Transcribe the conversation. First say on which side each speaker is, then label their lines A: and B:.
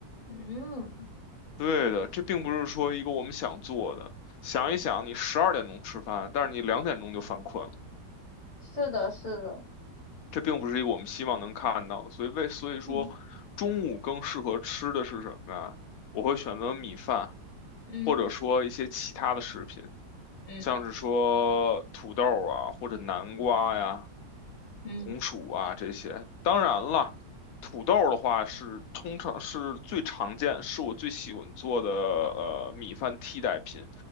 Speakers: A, on the left; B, on the left.
A: 嗯，
B: 对的，这并不是说一个我们想做的。想一想，你十二点钟吃饭，但是你两点钟就犯困了。
A: 是的，是的，
B: 这并不是一个我们希望能看到的，所以为所以说，
A: 嗯
B: 中午更适合吃的是什么呀？我会选择米饭，
A: 嗯
B: 或者说一些其他的食品，
A: 嗯
B: 像是说土豆啊，或者南瓜呀、
A: 嗯，
B: 红薯啊这些。当然了，土豆的话是通常是最常见，是我最喜欢做的呃米饭替代品，